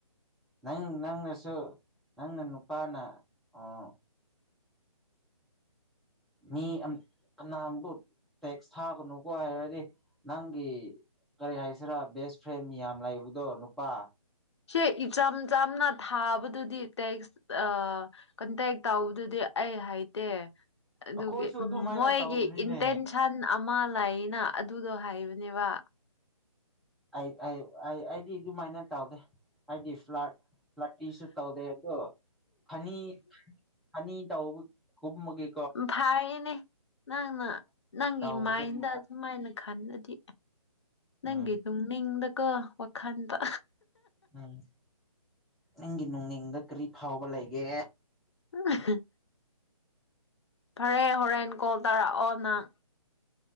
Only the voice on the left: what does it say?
ꯁꯦ ꯏꯆꯝ ꯆꯝꯅ ꯊꯥꯕꯗꯨꯗꯤ ꯇꯦꯛꯁ ꯑꯥ ꯀꯟꯇꯦꯛ ꯇꯧꯕꯗꯨꯗꯤ ꯑꯩ ꯍꯩꯇꯦ꯫ ꯑꯗꯨꯒꯤ
ꯃꯣꯏꯒꯤ
ꯏꯟꯇꯦꯟꯁꯟ ꯑꯃꯥ ꯂꯩꯅ ꯑꯗꯨꯗꯣ ꯍꯥꯏꯕꯅꯦꯕ꯫
ꯐꯌꯦꯅꯦ ꯅꯪꯅ ꯅꯪꯒꯤ
ꯃꯥꯏꯟꯗ ꯑꯗꯨꯃꯥꯏꯅ ꯈꯟꯂꯗꯤ ꯅꯪꯒꯤ
ꯇꯨꯡꯅꯤꯡꯗꯀꯣ ꯋꯥꯈꯟꯕ꯫
<unintelligible> ꯐꯔꯦ ꯍꯣꯔꯦꯟ ꯀꯣꯜ ꯇꯥꯔꯛꯑꯣ ꯅꯪ꯫